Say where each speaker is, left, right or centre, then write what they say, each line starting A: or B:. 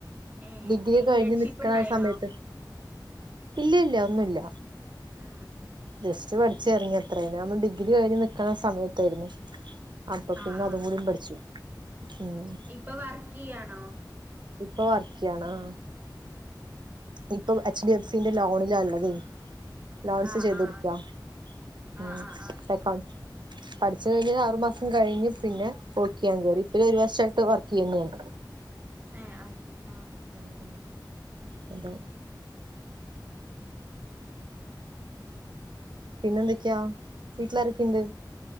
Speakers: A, on the right; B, on the right.
A: ഏ
B: ഡിഗ്രിക്കെ
A: ഇന്റേൺഷിപ്പ്
B: കഴിഞ്ഞ്നിക്കണ
A: ഉണ്ടായിനോ
B: ആ സമയത്ത് ഇല്ല ഇല്ല ഒന്നുമില്ല
A: ആ
B: ജസ്റ്റ് പഠിച്ചു ഇറങ്ങി അത്രേ ന ഡിഗ്ര കഴിഞ്ഞു നിക്കണ സമയത്തായിരുന്നു അപ്പൊ പിന്നെ
A: ആ ആ
B: അതും
A: ആ
B: കൂട പഠിച്ചു ഉം
A: ഇപ്പൊ വർക്ക് ചെയ്യാണോ
B: ഇപ്പൊ വർക്ക് ചെയ്യണ ആണോ ഇപ്പൊ എച്ച് ഡി എഫ് സിന്റെ ലോണിലാ ഉള്ളത് ലോൺസ്
A: ആ
B: ചെയ്ത്
A: ആ
B: കൊടുക്കുക ഉം
A: ആ ആ ആ
B: ഇപ്പൊ
A: ശരി
B: അക്കൗ പഠിച്ചു കഴിഞ്ഞൽ ആറുമാസം കഴിഞ്ഞ് പിന്നെ വർക്ക് ചെയ്യാൻ കയറി ഇപ്പ ഒരു വർഷമായിട്ട് വർക്ക് ചെയ്യ തന്നെയാണ്
A: അത്ശരി ആഹ്
B: ഉം ഉം. അതെ പിന്നെന്തൊക്കെയാ വീട്ടിലാരൊക്കെ ഉണ്ട്